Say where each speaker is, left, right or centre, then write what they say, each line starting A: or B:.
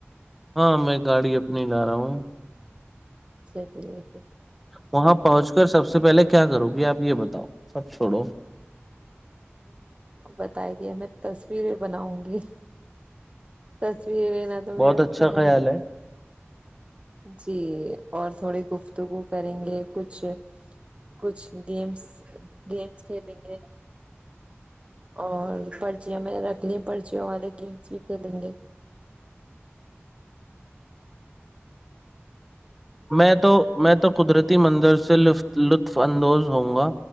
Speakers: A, in the centre; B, on the right (about 25°).
A: ہاں میں گاڑی نہیں لا رہا ہوں
B: سی <inaudible>
A: وہاں پہنچ کر سب سے پہلے کیا کرو گی آپ یہ بتا سب چھوڑو
B: بتتاائی دیا میں تصویریں بناؤ گی تصویریں لینا تو
A: بہت
B: میرا
A: اچھا
B: پہل
A: خیال ہے
B: جی اور تھوڑی گفتگو کریں گے کچھ کچھ گیمس گیمس کھیلیں گے اور پرچیاں میں رکھ ل پرچیوں والے گیمس بھی کھیلیں گے
A: میں تو میں تو قدرتی منظر سے لفت لطف اندوز ہ ہوں گا